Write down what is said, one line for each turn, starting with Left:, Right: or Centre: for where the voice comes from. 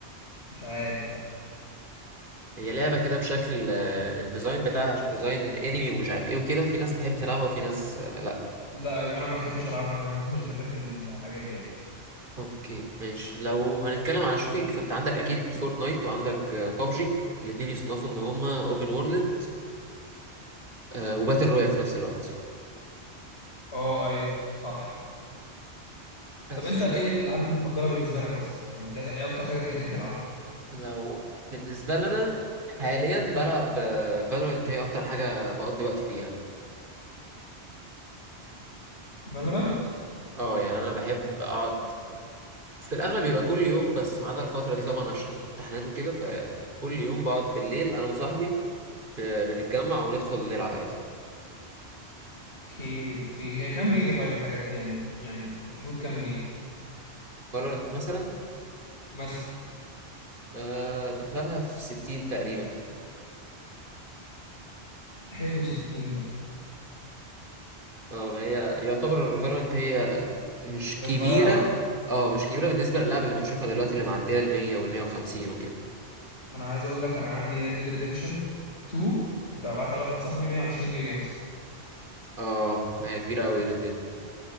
Left: مش عارف لا
Right: هي لعبة كده بشكل آه... الديزاين بتاعها ديزاين أنمي ومش عارف إيه وكده في ناس تحب تلعبها وفي ناس آه... لأ
Left: لا يبقى انا ما بحبش العبها انا <laughs> مش بحب الحاجات دي أوي.
Right: اوكي ماشي لو هنتكلم على
Left: اوكي
Right: شوتينج فانت عندك اكيد فورتنايت وعندك بابجي الاثنين يصنفوا ان هما اوبن وورلد وباتل رويال في نفس الوقت
Left: اه ايوه صح
Right: بس
Left: طب انت
Right: شوف
Left: ايه الالعاب المفضله بالنسبه لك مثلا انت ايه اكتر حاجه بتحب تلعب
Right: لو بالنسبه لنا حاليا بلعب فالورنت هي اكتر حاجه بقضي وقتي فيها
Left: فالورانت
Right: اه يعني انا بحب اقعد في الاغلب بيبقى كل يوم بس ما عدا الفتره دي طبعا عشان امتحانات وكده فكل يوم بقعد بالليل انا وصاحبي ب- بنتجمع وندخل نلعب عادي
Left: اوكي اوكي هي كام جيجا طيب الحاجات دي يعني يعني في حدود كام جيجا
Right: فالورنت مثلا
Left: مثلا
Right: آه، داخلها في 60 تقريبا
Left: حلو 60 ده
Right: اه ما هي يعتبر فالورنت هي مش
Left: ده
Right: كبيرة
Left: صغيره عامه
Right: اه مش كبيرة بالنسبة للعبة اللي بنشوفها دلوقتي اللي معدية ال 100 وال 150 وكده
Left: انا عايز اقول لك انا عندي ريد ديد ريديمشن 2 كنت ببعتها لواحد صاحبي 120 جيجا مثلا
Right: اه ما هي كبيرة قوي ريد ديد